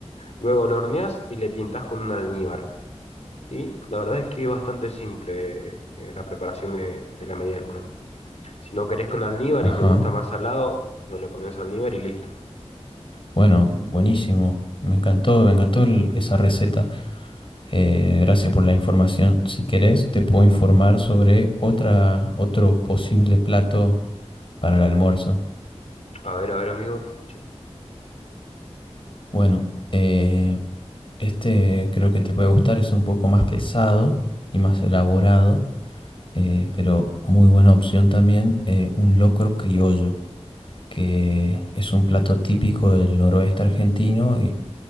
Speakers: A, on the left (about 75°); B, on the left (about 50°).
A: Luego lo horneás y le pintás con un almíbar. Y la verdad es que es bastante simple eh, la preparación de, de la media luna. Si no querés con almíbar
B: Ajá.
A: y te gusta más salado, no le pones almíbar y listo.
B: Bueno, buenísimo. Me encantó, me encantó el- esa receta. Eh, gracias por la información. Si querés, te puedo informar sobre otra, otro posible plato para el almuerzo.
A: A ver, a ver, amigo, te escucho.
B: Bueno, eh, este creo que te puede gustar, es un poco más pesado y más elaborado, eh, pero muy buena opción también, eh, un locro criollo, que es un plato típico del noroeste argentino